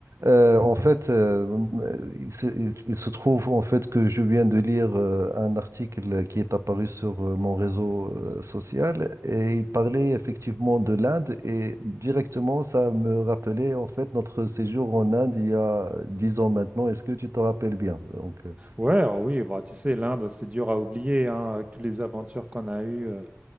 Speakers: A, on the right (about 70°); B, on the right (about 25°).
A: Euh, en fait, euh, il se, il- se trouve en fait que je viens de lire euh, un article qui est apparu sur euh, mon réseau euh, social et il parlait effectivement de l'Inde et directement ça me rappelait en fait notre séjour en Inde il y a dix ans maintenant. Est-ce que tu te rappelles bien? Donc, euh,
B: Ouais, alors oui, bah, tu sais, l'Inde, c'est dur à oublier, hein, avec toutes les aventures qu'on a eues. euh.